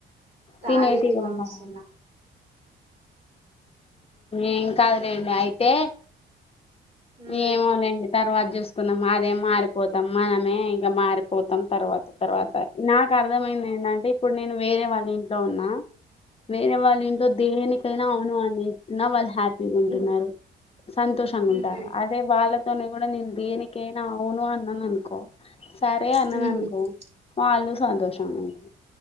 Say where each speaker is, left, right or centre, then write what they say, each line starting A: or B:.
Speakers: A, on the right; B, on the left.
A: తాగేది
B: తినేటివి వండాలా
A: కొనిస్సున్నా
B: ఏం కాదు రండి అయితే
A: మ్మ్.
B: ఏమోలేండి తర్వాత చూసుకున్నాం అదే మారిపోతాం మనమే ఇంకా మారిపోతాం తర్వాత తర్వాత నాకు అర్థమైంది ఏంటంటే ఇప్పుడు నేను వేరే వాళ్ళ ఇంట్లో ఉన్నా వేరే వాళ్ళు ఇంట్లో దేనికైనా అవును అని ఇస్తున్నా వాళ్ళు హ్యాపీగా ఉంటున్నారు
A: ఇంకో
B: సంతోషంగా
A: మ్మ్.
B: ఉంటారా అదే వాళ్ళతోనే కూడా నేను దేనికేనా అవును అన్నాను అనుకో సరే అన్నాను
A: మ్మ్.
B: అనుకో వాళ్ళు సంతోషం అనుకో